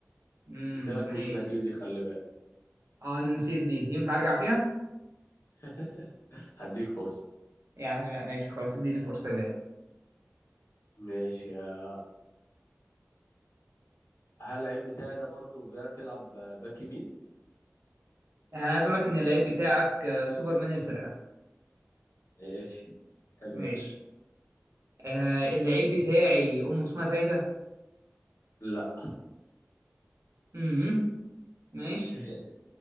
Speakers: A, on the right; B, on the left.
A: امم
B: قلت لك
A: ماشي
B: مش لاتيني خلي بالك
A: اه انا نسيت دي ينفع ارجع فيها
B: <laughs> هديك فرصة
A: يا عم لا ماشي خلاص اديني فرصه جاي
B: ماشي يا- هل اللعيب بتاعي ده برضو بيعرف يلعب آه، باك يمين؟
A: انا عايز اقول لك ان اللعيب بتاعك آه، سوبرمان الفرقه
B: ماشي حلو
A: ماشي
B: ده
A: آه اللعيب بتاعي امه اسمها فايزه
B: لا
A: امم ماشي
B: <laughs>